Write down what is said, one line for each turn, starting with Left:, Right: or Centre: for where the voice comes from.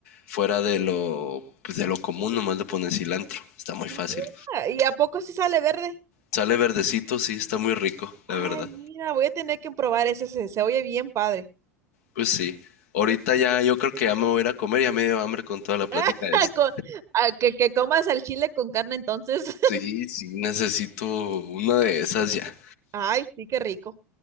Left: fuera de lo, pues, de lo común, nomás le pones cilantro. Está muy
Right: Mira,
Left: fácil.
Right: ¿Y a poco sí sale verde?
Left: Sale verdecito, sí, está muy rico, la
Right: Ay,
Left: verdad.
Right: mira, voy a tener que probar ese, se, se oye bien padre.
Left: Pues sí. Ahorita ya, yo creo que ya me voy a ir a comer, ya me dio hambre con toda la plática
Right: <laughs>
Left: esta.
Right: Con- ah, que, que comas el chile con carne entonces.
Left: Sí, sí, necesito una de esas ya.
Right: <laughs> Ay, sí, qué rico.